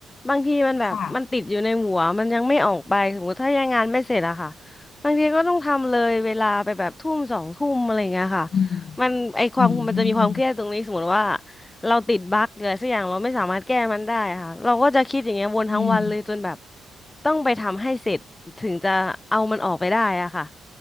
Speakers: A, on the left (about 20°); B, on the left (about 55°).
A: บางทีมันแบบมันติดอยู่ในหัวมันยังไม่ออกไป
B: ค่ะ
A: สมมติถ้ายังงานไม่เสร็จอะค่ะบางทีก็ต้องทำเลยเวลาไปแบบทุ่มสองทุ่มอะไรเงี้ยค่ะ
B: อืม
A: มันไอความมันจะมีความเครียดตรงนี้สมมติว่า
B: อืม
A: เราติดบั๊กเลยสักอย่างเราไม่สามารถแก้มันได้ค่ะเราก็จะคิดอย่างเงี้ยวนทั้งวันเลยจนแบบ
B: อืม
A: ต้องไปทำให้เสร็จถึงจะเอามันออกไปได้อะค่ะ